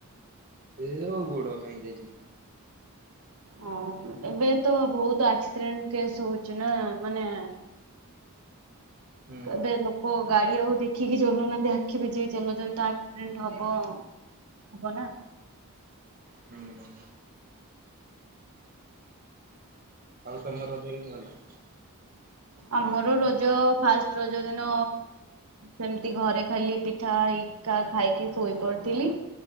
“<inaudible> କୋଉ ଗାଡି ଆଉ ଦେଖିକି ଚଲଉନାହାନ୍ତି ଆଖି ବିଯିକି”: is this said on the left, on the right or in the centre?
Right